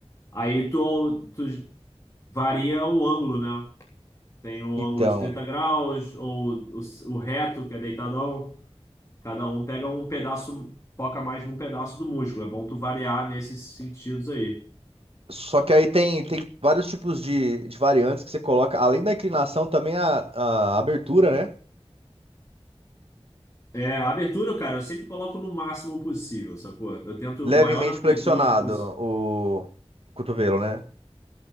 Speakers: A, on the left (about 30°); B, on the right (about 65°).
A: Aí tu, tu varia o ângulo, né? Tem o
B: Então,
A: ângulo de 30 graus, ou o, o reto, que é deitadão. Cada um pega um pedaço, foca mais num pedaço do músculo. É bom tu variar nesses sentidos aí.
B: só que aí tem, tem vários tipos de, de variantes que você coloca, além da inclinação, também a, a abertura, né?
A: É, a abertura, cara, eu sempre coloco no máximo possível, sacou? Eu tento
B: Levemente
A: a maior amplitude
B: flexionado
A: possível.
B: o, o cotovelo, né?